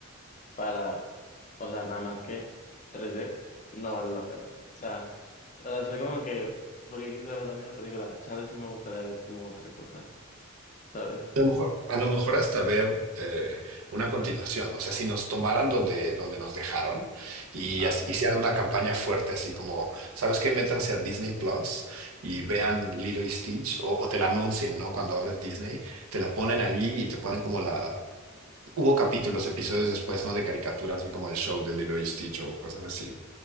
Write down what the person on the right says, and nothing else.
A lo mejor, a lo mejor hasta ver eh, una continuación. O sea, si nos tomaran donde, donde nos dejaron y
así, hicieran una campaña fuerte, así como, ¿sabes qué? Métanse a Disney Plus y vean Lilo y Stitch o, o te la anuncien, ¿no? Cuando abres Disney, te la ponen allí y te ponen como la... Hubo capítulos, episodios después, ¿no? De caricaturas, así como el show de Lilo y Stitch o cosas así.